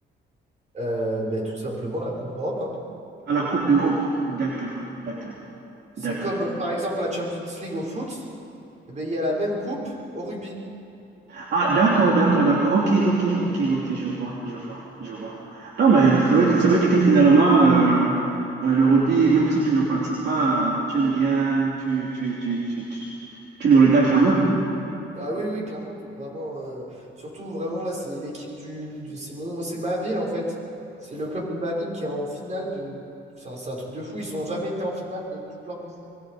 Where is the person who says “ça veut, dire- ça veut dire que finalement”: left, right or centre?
Right